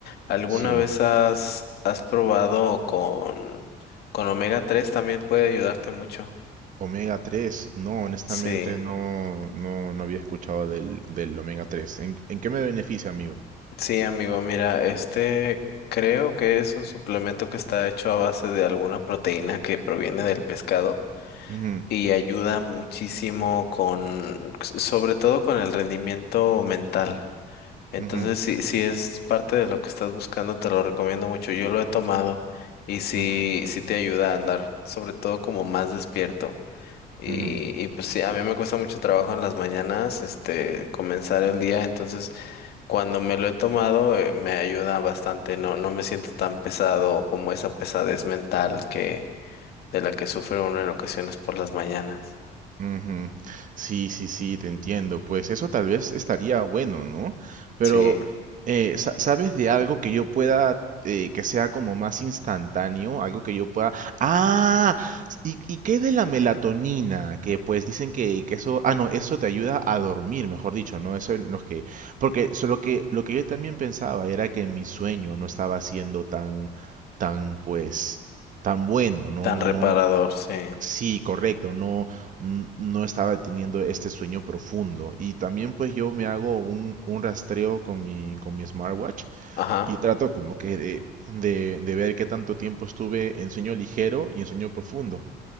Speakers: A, on the left; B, on the right.
A: ¿Alguna
B: Sí,
A: vez has, has probado con, con omega tres También puede ayudarte mucho.
B: omega 3. No, honestamente
A: Sí,
B: no, no, no había escuchado del, del omega 3. ¿En, en qué me beneficia, amigo?
A: sí, amigo, mira, este creo que es un suplemento que está hecho a base de alguna proteína que proviene del pescado.
B: Ujú,
A: y ayuda muchísimo con, sobre todo con el rendimiento mental. Entonces,
B: ujú,
A: si, si es parte de lo que estás buscando, te lo recomiendo mucho. Yo lo he tomado y sí,
B: ujú,
A: sí te ayuda a andar, sobre todo como más despierto. Y,
B: ujú.
A: y pues sí, a mí me cuesta mucho trabajo en las mañanas, este, comenzar el día. Entonces, cuando me lo he tomado, eh, me ayuda bastante. No, no me siento tan pesado como esa pesadez mental que, de la que sufre uno en ocasiones por las mañanas.
B: Ujú. Sí, sí, sí, te entiendo. Pues eso tal vez estaría bueno, ¿no? Pero,
A: Sí.
B: eh, sa- ¿sabes de algo que yo pueda, eh, que sea como más instantáneo? Algo que yo pueda... Ah, ¿y, y qué de la melatonina? Que pues dicen que, que eso... Ah, no, eso te ayuda a dormir, mejor dicho, ¿no? Eso es lo que... Porque solo que lo que yo también pensaba era que mi sueño no estaba siendo tan, tan, pues, tan bueno, ¿no?
A: Tan reparador,
B: No,
A: sí.
B: Sí, correcto, no, n- no estaba teniendo este sueño profundo. Y también pues yo me hago un, un rastreo con mi, con mi smartwatch
A: Ajá.
B: y trato como que de, de, de ver qué tanto tiempo estuve en sueño ligero y en sueño profundo.